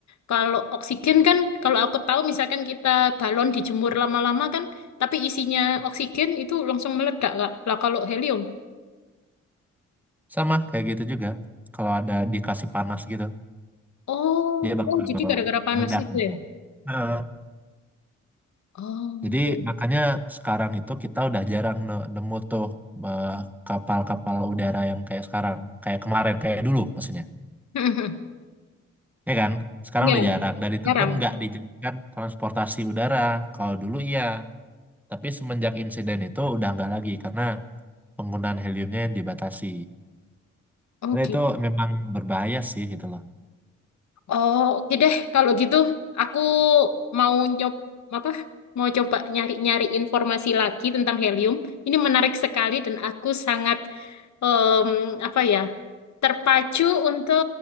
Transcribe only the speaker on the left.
kalau oksigen kan, kalau aku tahu misalkan kita balon dijemur lama-lama kan, tapi isinya oksigen itu langsung meledak Kak. Lah kalau helium?
Oh,
oh jadi gara-gara panas
itu
ya?
Oh,
iya.
<laughs>
Ya,
jarang.
Oh,
gitu.
Oh, oke deh. Kalau gitu, aku mau nyob apa? Mau coba nyari-nyari informasi lagi tentang helium. Ini menarik sekali dan aku sangat em, apa ya? Terpacu untuk